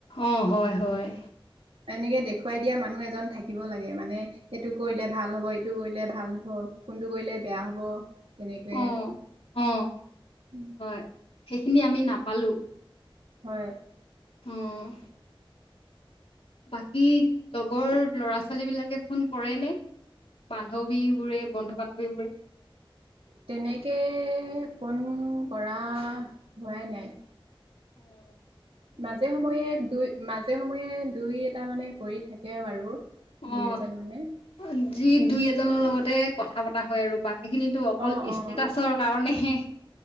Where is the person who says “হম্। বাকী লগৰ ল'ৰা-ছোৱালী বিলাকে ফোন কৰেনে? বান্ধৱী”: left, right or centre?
Left